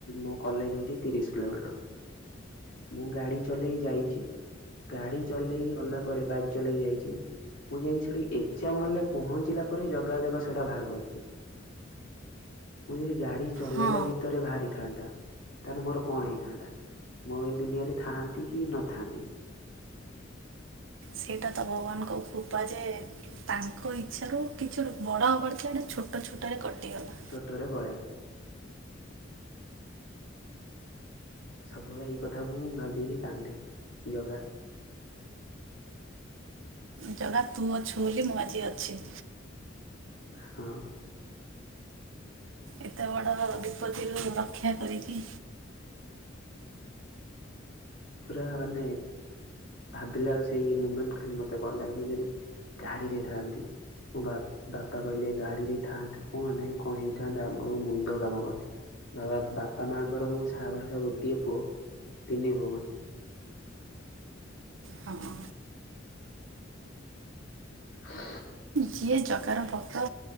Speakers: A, on the left (about 80°); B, on the right (about 75°).
A: ମୋ କଲେଜ୍ ହଉଚି ତିରିଶ୍ କିଲୋମିଟର। ମୁଁ ଗାଡି ଚଲେଇ ଯାଇଚି, ଗାଡି ଚଲେଇ ଗଲାପରେ ବାଇକ୍ ଚଲେଇ ଯାଇଚି। ମୁଁ ଯାଇକି ସେଠି ଏକ୍ଜାମ୍ ହଲ୍ ରେ ପହଞ୍ଚିଲା ପରେ ଜଗା <unintelligible> ସେଇଟା ବାହାର କରିଚି। ମୁଁ ଯଦି ଗାଡି ଚଲେଇଲା
B: ହଁ
A: ଭିତରେ ବାହାରିଥାନ୍ତା, ତାହେଲେ ମୋର କଣ ହେଇଥାନ୍ତା। ମୁଁ ଆଉ ଏଇ ଦୁନିଆରେ ଥାଆନ୍ତି କି ନଥାନ୍ତି।
B: ସେଇଟା ତ ଭଗବାନଙ୍କ କୃପା ଯେ ତାଙ୍କ ଇଚ୍ଛାରୁ କିଛି ଗୋଟେ ବଡ ହବାର ଥିଲା <unintelligible> ଛୋଟ ଛୋଟରେ କଟିଗଲା।
A: ଛୋଟରେ ପଳେଇଲା। ସବୁବେଳେ ଏଇ କଥା ମୁଁ ଭାବିକି କାନ୍ଦେ ଜଗା।
B: ଜଗା ତୁ ଅଛୁ ବୋଲି ମୁଁ ଆଜି ଅଛି।
A: ହଁ।
B: ଏତେ ବଡ ବିପତ୍ତିରୁ ରକ୍ଷା କରିକି
A: ପୁରା ମାନେ ଭାବିଲା ସେଇ ମୁମେଣ୍ଟ ଖାଲି ମତେ କଣ ଲାଗେ ମୁଁ ଯଦି ଗାଡିରେ ଥାଆନ୍ତି ମୋ ବା ବାପା କହିଲେ ଗାଡି ରେ ଥାଆନ୍ତୁ କଣ ନାଇଁ କଣ ହେଇଥାନ୍ତା ଆମର ଆଉ ମୁଣ୍ଡ କାମ କରୁନି। <unintelligible> ବାପା ମାଆଙ୍କର ମୁଁ ସାହାଭରସା ଗୋଟିଏ ପୁଅ ତିନି ଭଉଣୀ।
B: ହଁ।
A: ହଁ <unintelligible>
B: ଯିଏ ଜଗାର ଭକ୍ତ,